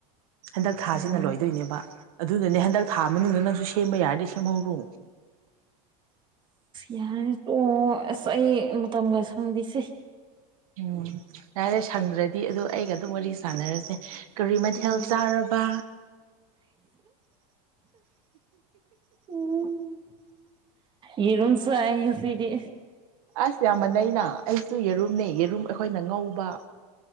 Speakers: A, on the right; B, on the right.
A: ꯍꯟꯗꯛ ꯊꯥꯁꯤꯅ
B: ꯎꯝ
A: ꯂꯣꯏꯗꯣꯏꯅꯦꯕ ꯑꯗꯨꯅꯅꯦ ꯍꯟꯗꯛ ꯊꯥ ꯃꯅꯨꯡꯗ ꯅꯪꯁꯨ ꯁꯦꯝꯕ ꯌꯥꯔꯗꯤ ꯁꯦꯝꯍꯧꯔꯣ
B: ꯌꯥꯏ ꯑꯣ ꯑꯁ ꯑꯩ ꯃꯇꯝ ꯈꯔ ꯁꯪꯗꯁꯦ
A: ꯎꯝ ꯌꯥꯔꯦ ꯁꯪꯗ꯭ꯔꯗꯤ ꯑꯗꯨ ꯑꯩꯒ ꯑꯗꯨꯝ ꯋꯥꯔꯤ ꯁꯥꯟꯅꯔꯁꯦ ꯀꯔꯤ ꯃꯊꯦꯜ
B: ꯎꯝ
A: ꯆꯥꯔꯕ
B: ꯎꯝ ꯌꯦꯔꯨꯝ ꯆꯥꯏ ꯉꯥꯁꯤꯗꯤ
A: ꯑꯁ ꯌꯥꯝꯃꯅꯩꯅ ꯑꯩꯁꯨ ꯌꯦꯔꯨꯝꯅꯦ ꯌꯦꯔꯨꯝ ꯑꯩꯈꯣꯏꯅ ꯉꯧꯕ